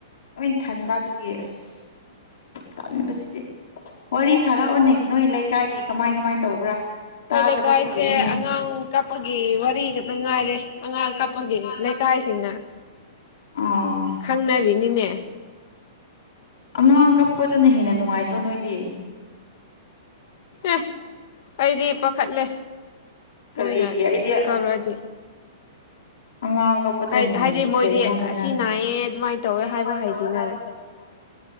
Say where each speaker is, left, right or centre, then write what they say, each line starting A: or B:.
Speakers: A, on the left; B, on the left.
A: ꯂꯣꯏ ꯊꯟꯕ ꯑꯗꯨꯒꯤ ꯑꯁ ꯇꯟꯕꯁꯤꯗꯤ ꯋꯥꯔꯤ ꯁꯥꯔꯛꯑꯣꯅꯤ ꯅꯣꯏ ꯂꯩꯀꯥꯏꯒꯤ ꯀꯃꯥꯏ ꯀꯃꯥꯏ ꯇꯧꯕ꯭ꯔꯥ ꯇꯥꯗꯕ
B: ꯑꯩꯈꯣꯏ ꯂꯩꯀꯥꯏꯁꯦ
A: ꯀꯨꯏꯔꯦꯅꯦ
B: ꯑꯉꯥꯡ ꯀꯥꯞꯄꯒꯤ
A: <inaudible> ꯀꯄꯒꯤ
B: ꯋꯥꯔꯤ ꯈꯛꯇ ꯉꯥꯏꯔꯦ
A: ꯋꯥꯔꯤ ꯈꯛꯇ
B: ꯑꯉꯥꯡ
A: ꯉꯥꯏꯔꯦ
B: ꯀꯥꯞꯄꯒꯤ
A: ꯑꯉꯥꯡ
B: ꯂꯩꯀꯥꯏꯁꯤꯡꯅ
A: ꯀꯞꯄꯒꯤ ꯑꯣ
B: ꯈꯪꯅꯔꯤꯅꯤꯅꯦ
A: ꯑꯉꯥꯡ ꯀꯞꯄꯗꯨꯅ ꯍꯦꯟꯅ ꯅꯨꯡꯉꯥꯏꯗ꯭ꯔꯣ ꯅꯣꯏꯗꯤ
B: ꯑꯦ ꯑꯩꯗꯤ ꯄꯥꯈꯠꯂꯦ
A: ꯀꯔꯤꯒꯤ
B: ꯃꯣꯏꯅ
A: ꯑꯩꯗꯤ
B: ꯀꯧꯔꯛꯑꯗꯤ
A: ꯑꯉꯥꯡꯒꯧꯕꯗ
B: ꯍꯥꯏꯗꯤ
A: ꯍꯦꯟꯅ ꯕꯤꯠ
B: ꯃꯣꯏꯗꯤ
A: ꯂꯩ ꯍꯥꯏꯕꯅ
B: ꯑꯁꯤ ꯅꯥꯏꯌꯦ ꯑꯗꯨꯃꯥꯏꯅ ꯇꯧꯋꯦ
A: ꯅꯣꯏ
B: ꯍꯥꯏꯕ
A: ꯑꯗꯨꯃꯥꯏꯅ
B: ꯍꯥꯏꯗꯤꯅ
A: ꯇꯧꯋꯦ ꯍꯥꯏꯕꯅ <inaudible>